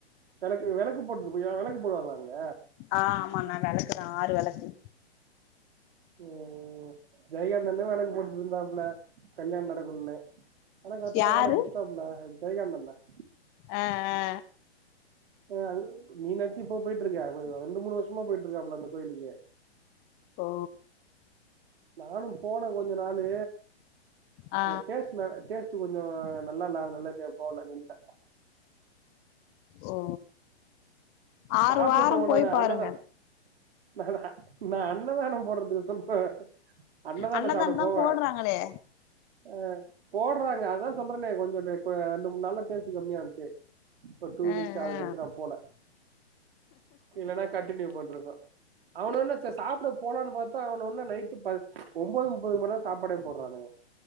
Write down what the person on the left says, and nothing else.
ஆ ஆமாண்ணா விளக்கு தான் ஆறு விளக்கு
யாரு
ஆ ஆ
ஓ
ஆ
ஓ ஆறு
வாரம்
போய்
பாருங்க
அன்னதானம்
தான்
போடுறாங்களே
ஆ
ஆ